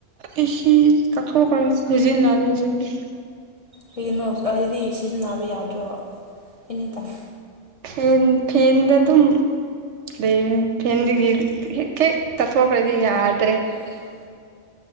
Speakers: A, on the right; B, on the left.
A: ꯑꯦꯁꯤ ꯇꯛꯊꯣꯛꯈꯔꯦ <unintelligible> ꯍꯧꯖꯤꯛꯇꯤ
B: ꯀꯩꯒꯤꯅꯣ ꯍꯥꯏꯗꯤ ꯁꯤꯖꯤꯟꯅꯕ ꯌꯥꯗ꯭ꯔꯣ ꯑꯦꯅꯤ ꯇꯥꯏꯝ꯫
A: ꯐꯦꯟ ꯐꯦꯟꯗ ꯑꯗꯨꯝ꯫ ꯂꯩꯕꯅꯦ ꯐꯦꯟꯗꯒꯤ ꯍꯦꯛ ꯍꯦꯛ ꯆꯠꯊꯣꯛꯈ꯭ꯔꯗꯤ ꯌꯥꯗ꯭ꯔꯦ
B: ꯌꯥꯗꯔꯦ